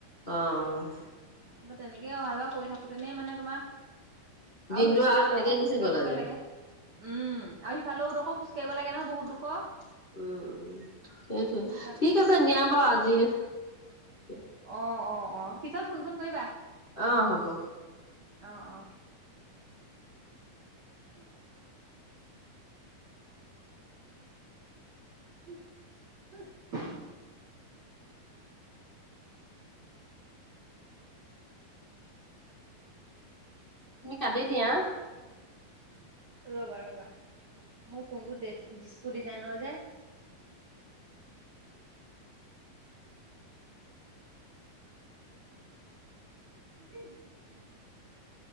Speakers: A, on the left; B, on the right.
A: আহ অ
B: ত তেনেকে অহা যোৱা কৰি থাকোতেনে মানে তোমাৰ
A: দিনটো
B: সেইফালেও
A: আৰু তেনেকেই
B: এডোখৰ খোজ
A: গুচি
B: কাঢ়িবগে
A: গ'ল আজি
B: লাগে উম আৰু সিফালেও ডোখৰ খোজকাঢ়িব লাগে নহয় বহুত দুোখৰ
A: উম উম সেইটোৱে
B: কাৰণে
A: ঠিক আছে দিয়া বাৰু আজিয়া
B: অ অ অ পিছত ফোন ফোন কৰিবা
A: অ হ'ব
B: অ অ স কাল হয়
A: তুমি ক্দি দিয়া
B: ৰবা ৰ'বা মোৰ ফোনটো ড যিচকু ডিজাইনৰ যে <inaudible>